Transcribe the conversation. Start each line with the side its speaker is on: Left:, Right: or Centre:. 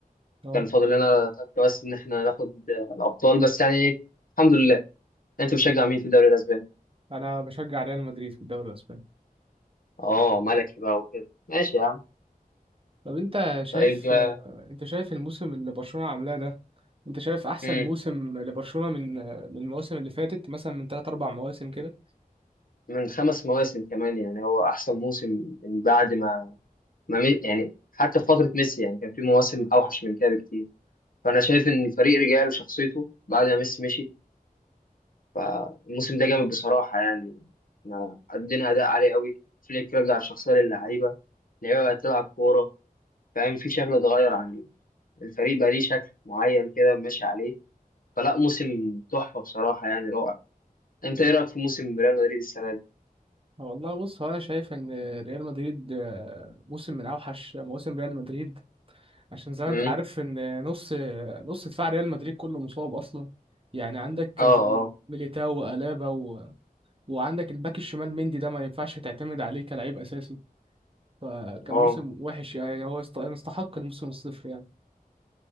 Right: اه
Left: كان فاضل لنا تك بس ان احنا ناخد آه، الابطال بس يعني الحمد لله انت بتشجع مين في الدوري الاسباني
Right: انا بشجع ريال مدريد في الدوري الاسباني
Left: اه ملكي بقى وكده ماشي يا عم
Right: طب انت شايف
Left: طيب آه،
Right: آه، انت شايف الموسم اللي برشلونة عاملاه ده انت شايف احسن
Left: مم.
Right: موسم لبرشلونة من آه، من المواسم اللي فاتت مثلا من 3 4 مواسم كده
Left: من خمس مواسم كمان يعني هو احسن موسم من بعد ما, ما مي- يعني حتى في فتره ميسي يعني كان في مواسم اوحش من كده بكتير فانا شايف ان الفريق رجع له شخصيته بعد ما ميسي مشي فالموسم ده جامد بصراحة يعني احنا قدمنا أداء عالي قوي فليك رجع الشخصية للعيبة اللعيبة بقت تلعب كورة فاهم في شكل اتغير عن الفريق بقى ليه شكل معين كده ماشي عليه فلا موسم تحفة بصراحة يعني رائع انت
Right: طب-
Left: ايه رأيك في موسم ريال مدريد السنة دي؟
Right: والله بص هو انا شايف ان ريال مدريد آه، موسم من اوحش مواسم ريال مدريد عشان زي ما
Left: امم
Right: انت عارف ان نص نص دفاع ريال مدريد كله مصاب اصلا يعني عندك
Left: اه
Right: زي
Left: اه
Right: ميليتاو وألابا و... وعندك الباك الشمال مندي ده ما ينفعش تعتمد عليه كلاعب اساسي فكان
Left: اه
Right: موسم وحش يعني هو است... يستحق الموسم الصفر يعني